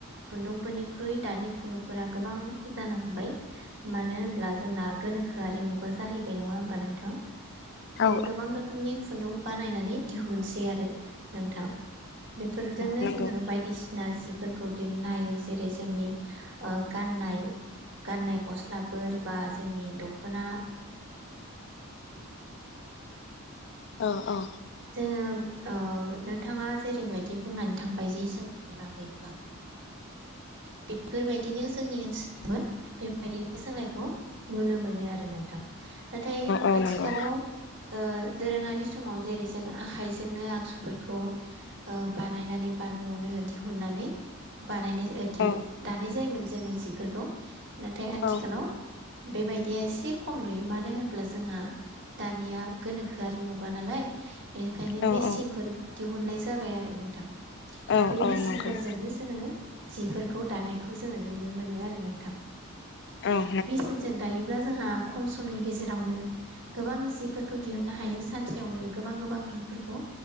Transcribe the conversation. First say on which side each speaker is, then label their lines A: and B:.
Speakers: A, on the right (about 55°); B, on the left (about 50°).
A: खुन्दुंफोरनिख्रुइ दानि खुन्दुंफोरा गोबां जानो हमबाय मानो होनब्ला जोंना गोनोखोआरिमुगा जाहैबाय नङा होमबा नोंथां बिदिनो
B: औ
A: गोबां रोखोमनि खुन्दुं बानायनानै दिहुनसै आरो नोंथां बेफोरजोंनो
B: नंगौ
A: जोङो बाय सिना जिफोरखौ दिहुननो हायो जेरै जोंनि ओ गाननाय गाननाय गस्लाफोर बा जोंनि दख'ना
B: औ औ
A: जोङो ओ नोंथाङा जेरैबायदि बुंनानै थांबाय जि सों <unintelligible> बेफोरबायदिनो जोंनि ओनसोलाव बे बादिनो सोंनायखौ नुनो मोनो आरो नोंथां नाथाय
B: औ
A: आथिखालाव
B: नंगौ
A: दोरोङारि समाव जेरै जों आखाइजोंनो आगजुफोरखौ बानायनानै बा न'आवनो दिहुननानै बानायनाय
B: औ
A: दानाय जायोमोन जोङो जिफोरखौ नाथाय आथिखालाव
B: औ नंगौ औ
A: बेबायदिया एसे खम नुयो मानो होनब्ला जोंहा दानिया गोनोखोआरि मुगा नालाय बेनिखायनो
B: नंगौ
A: मेसिनफोर दिहुननाय ज जाबाय आरो नोंथां
B: औ
A: मेचिनफोरजोंनो
B: नंगौ
A: जों जि खौ दानायखौ जोङो नुनो मोनो आरो मेचिनजों
B: औ
A: दायोब्ला जोंहा खम समनि गेजेराव गेजेरावनो गोबां जिफोरखौ दिहुननो हायो सानसेयावनो गोबां गोबां हफोरखौ